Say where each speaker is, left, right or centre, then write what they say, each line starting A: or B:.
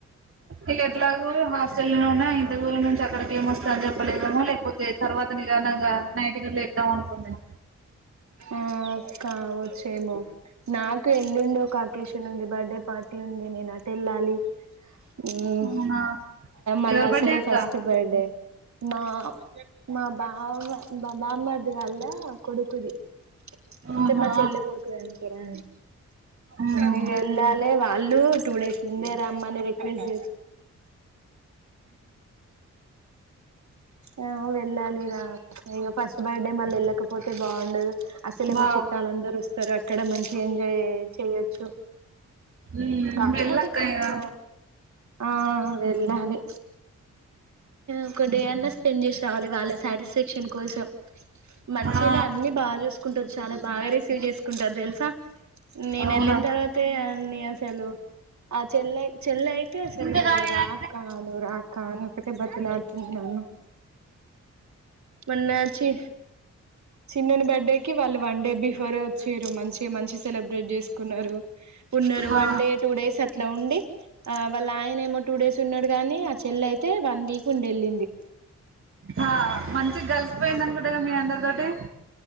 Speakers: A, on the right; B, on the right.
A: ఇంకా ఎట్లాగ హాస్టల్ నే ఉన్న ఇంత దూరం నుంచి అక్కడికి ఏం వస్తా అని చెప్పలేదేమో లేకపోతే తర్వాత నిదానంగా నైటికిలు లేద్దాం అనుకుంది ఏమో
B: ఆ కావచ్చేమో నాకు ఎల్లుండడి ఒక అకేషన్ ఉంది బర్త్డే పార్టీ ఉంది నేన అటు ఎల్లాలి హ్మ్
A: అవునా
B: మళ్ళీ
A: ఎవరి
B: అసలే
A: బర్డే అక్క
B: ఫస్ట్ బర్డే నా మా బావ మా బామ్మర్ది వల్ల కొడుకుది ఇంత
A: ఆహా
B: మా చెల్ల కొడుకుద అనికి రా
A: ఉహు
B: మీ ఎలా లేేవా అల్లు టూ డేస్ ముందే రమ్మనే బజ ఆ వెళ్ళాలిరా ఇ ఫస్ట్ బర్త్డే మళ్ళీ వెళ్ళకపోతే బాగుండదు అసల
A: వావ్
B: మా చుట్టాలుఅందరు వస్తు <unintelligible> అక్కడ మంచి ఎంజాయ్ చేయొచ్చు
A: ఉమ్
B: కాకపోతే
A: వెళ్ళక్క
B: అక్కడ
A: ఇగ
B: ఒక ఆ వెళ్ళాలి ఒక డే అన్నా స్పెండ్ చేసి రావాలి వాళ్ళ సాటిస్ఫాక్షన్ కోసం మంచిగానే
A: ఆ
B: అన్ని బాగా చూసుకుంటారు చాలా బాగా రిసీవ్ చేసుకుంటారు తెలుసా నేను
A: అవునక్క
B: వెళ్ళిన తర్వాతే నే అసలు ఆ చెల్లా చెల్లాయి తే అసలు
A: ఇంకా కాలేదా
B: రా
A: అక్క?
B: అక్కా నువ్వు రా కానీ ఒకటే బతిలా <unintelligible> మొన్నా చ్చి చిన్నని బర్త్డే కి వాళ్ళు వన్ డే బిఫోరే వచ్చీరు మంచి మంచి సెలబ్రేట్ చేసుకున్నారు ఉన్నరు వన్
A: ఆ
B: డే టూ డేస్ అ ఇట్లా ఉండి ఆ వాళ్ళ ఆయన ఏమో టూ డేస్ ఉన్నాడు గాని ఆ చెల్లి అయితే వన్ వీక్ ఉండి వెళ్ళింది.
A: ఆ మంచిగా కలిసిపోయింది
B: మాతో
A: అనుకుంట కదా మీ అందరితోటి